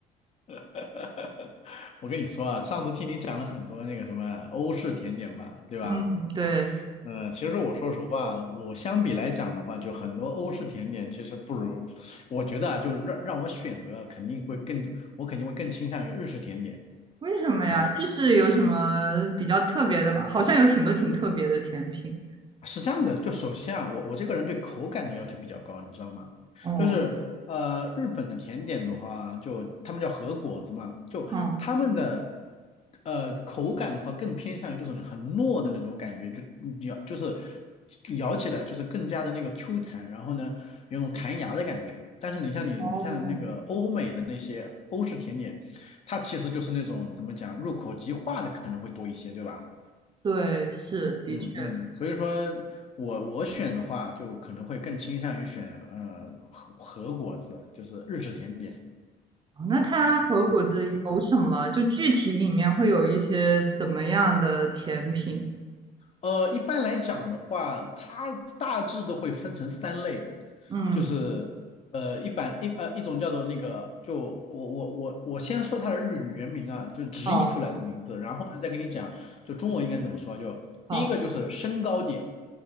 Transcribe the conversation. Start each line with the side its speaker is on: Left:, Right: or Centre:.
Left: <laughs> 我跟你说啊，上次听你讲了很多那个什么欧式甜点吧，对吧？
Right: 嗯，对，
Left: 嗯、其实我说实话，我相比来讲的话，就很多欧式甜点其实不如，我觉得啊，就让让我选择啊肯定会更，我肯定会更倾向于日式甜点。
Right: 为什么呀？
Left: 嗯
Right: 日式有什么比较特别的吗？好像有挺多挺特别的甜品。
Left: 是这样子，就首先啊，我我这个人对口感的要求比较高，你知道吗？
Right: 哦，
Left: 就是呃，日本的甜点的话，就他们叫和果子嘛，就他们的
Right: 嗯，
Left: 呃口感的话，更偏向于这种很糯的那种感觉，就咬就是咬起来就是更加的那个 Q 弹，然后呢有种弹牙的感觉。但是你像你你像那个欧美的那些欧式甜点，
Right: 哦，
Left: 它其实就是那种怎么讲入口即化的可能会多一些，对吧？
Right: 对，是，的确。
Left: 嗯嗯，所以说我我选的话，就可能会更倾向于选呃和和果子，就是日式甜点。
Right: 哦那它和果子有什么？就具体里面会有一些怎么样的甜品？
Left: 呃，一般来讲的话，它大致都会分成三类，
Right: 嗯，
Left: 就是呃一版一呃一种叫做那个，就我我我我先说它的日语原名啊，就直译出来的名字，
Right: 哦，
Left: 然后呢再跟你讲就中文应该怎么说啊，就第一个就是身高点，
Right: 好，